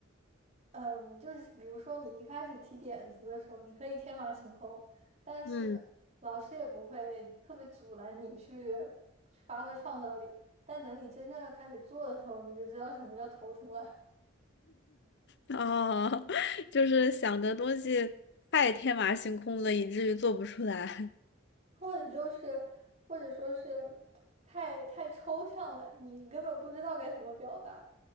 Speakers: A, on the right (about 35°); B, on the left (about 60°).
A: 嗯，就是比如说你一开始提点子的时候，你可以天马行空，但是
B: 嗯。
A: 老师也不会特别阻拦你去去发挥创造力。但等你真正要开始做的时候，你就知道什么叫头疼了，
B: 哦，<laughs> 就是想的东西太天马行空了，以至于做不出来。
A: 或者就是或者说是太太抽象了，你根本不知道该怎么表达。